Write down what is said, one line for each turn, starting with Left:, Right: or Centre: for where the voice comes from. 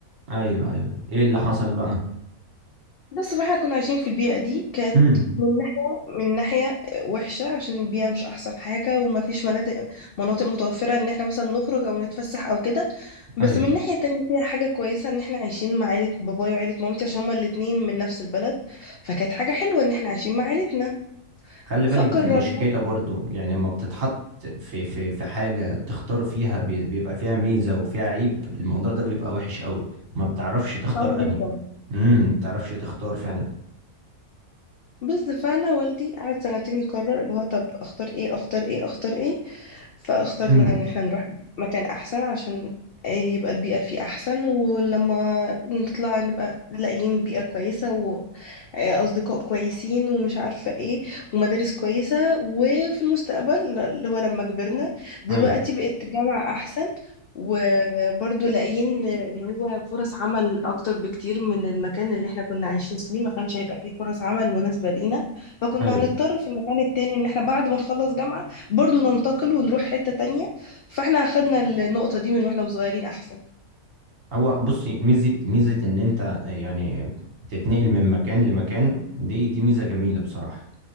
Right: أيوه أيوه إيه اللي حصل بقى
Left: بس فاحنا كنا عايشين في البيئة دي كانت
Right: امم
Left: من ناحية من ناحية وحشة عشان البيئة مش أحسن حاجة وما فيش مناطق مناطق متوفرة إن احنا مثلا نخرج أو نتفسح أو كده بس
Right: أيوه
Left: من ناحية تانية فيها حاجة كويسة إن احنا عايشين مع عيلة بابايا وعيلة مامتي عشان هما الاتنين من نفس البلد فكانت حاجة حلوة إن احنا عايشين مع عيلتنا
Right: خلي
Left: فقررنا
Right: بالك دي مشكلة برضو يعني لما بتتحط في في في حاجة تختار فيها بي- بيبقى فيها ميزة وفيها عيب الموضوع ده بيبقى وحش قوي ما بتعرفش تختار
Left: صعب جدا
Right: أنهي امم ما بتعرفش تختار فعلا
Left: بس فانا والدي قعد سنتين يقرر اللي هو طب اختار ايه اختار ايه اختار ايه فاخترنا
Right: امم
Left: ان احنا نروح مكان احسن عشان يبقى البيئة فيه احسن ولما نطلع نبقى لاقيين بيئة كويسة واصدقاء كويسين ومش عارفة ايه ومدارس كويسة وفي المستقبل اللي هو لما كبرنا دلوقتي
Right: أيوه
Left: بقت جامعة احسن وبرضه لاقيين اللي هو فرص عمل اكتر بكتير من المكان اللي احنا كنا عايشين فيه ما كانش هيبقى فيه فرص عمل مناسبة لينا فكنا
Right: أيوه
Left: هنضطر في المكان التاني ان احنا بعد ما نخلص جامعة برضو ننتقل ونروح حتة تانية فاحنا اخدنا النقطة دي من واحنا صغيرين احسن
Right: هو بصي ميزة ميزة إن أنت يعني تتنقل من مكان لمكان دي دي ميزة جميلة بصراحة